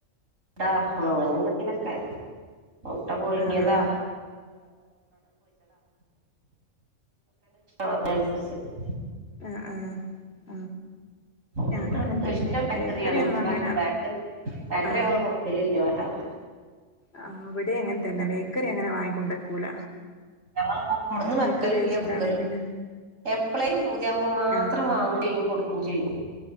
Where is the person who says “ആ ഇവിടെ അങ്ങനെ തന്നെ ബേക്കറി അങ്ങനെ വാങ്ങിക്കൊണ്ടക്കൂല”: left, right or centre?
Left